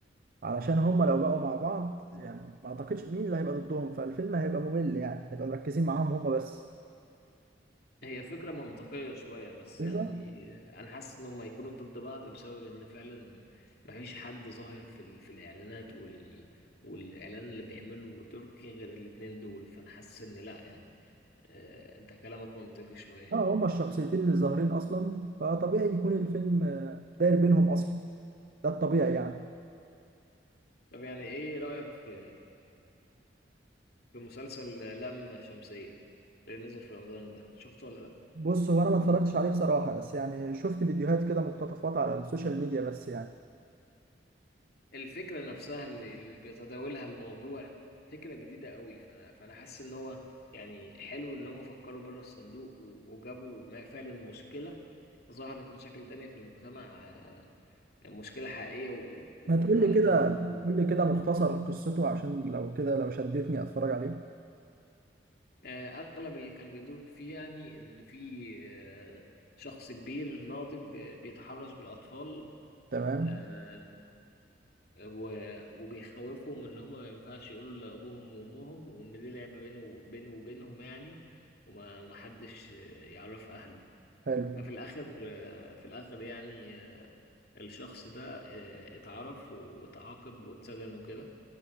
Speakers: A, on the right; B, on the left.
A: علشان هما لو بقوا مع بعض يعني ما اعتقدش مين اللي هيبقى ضدهم فالفيلم هيبقى ممل يعني هنبقى مركزين معاهم هما بس
B: هي فكرة منطقية شوية بس
A: بالظبط
B: يعني آه، انا حاسس ان هم هيكونوا ضد بعض بسبب ان فعلا مفيش حد ظاهر في ال... في الاعلانات وال... والاعلان اللي بيعمله تركي غير الاتنين دول فانا حاسس ان لا يعني آه، انت كلامك منطقي شوية
A: اه هما الشخصيتين اللي ظاهرين اصلا فطبيعي يكون الفيلم آه، داير بينهم اصلا ده الطبيعي يعني
B: طب يعني ايه رأيك في في مسلسل لام شمسية اللي نزل في رمضان ده شفته ولا لا
A: بص هو انا ما اتفرجتش عليه بصراحه بس يعني شفت فيديوهات كده مقتطفات على السوشيال ميديا بس يعني
B: الفكرة نفسها اللي, اللي بيتداولها الموضوع فكرة جديدة قوي فانا فانا حاسس ان هو يعني حلو ان هم فكروا بره الصندوق و- وجابوا ما- فعلا مشكلة ظهرت مشاكل تانية في المجتمع آه، مشكلة حقيقية و- و-
A: ما تقول
B: وقالوها
A: لي كده
B: بوضوح
A: قول لي كده مختصر قصته عشان لو كده لو شدتني اتفرج عليه
B: آه، أغلب اللي كان بيدور فيه يعني إن في آه، شخص كبير ناضج آه، بيتحرش بالأطفال
A: تمام
B: آه، و- وبيخوفهم إن هما ما ينفعش يقولوا لأبوهم وأمهم وإن دي لعبة بينه بينه وبينهم يعني وما ومحدش آه، يعرف أهله
A: حلو
B: ففي الآخر آه، في الآخر يعني آه، الشخص ده آه، اتعرف وتعاقب واتسجن وكده